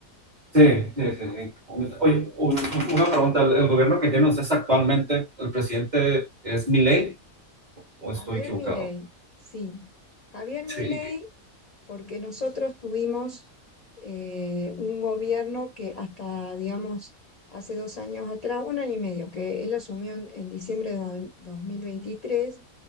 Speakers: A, on the right; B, on the left.
A: Sí, sí, sí, sí. Oye, un- un- una pregunta. ¿El, el gobierno que tienen ustedes actualmente, el presidente es Milei o
B: Javier
A: estoy equivocado?
B: Milei, sí. Javier
A: Sí.
B: Milei
A: ¿Y qué?
B: porque nosotros tuvimos eh, un gobierno que hasta, digamos, hace dos años atrás, un año y medio, que él asumió en, en diciembre de do- 2023,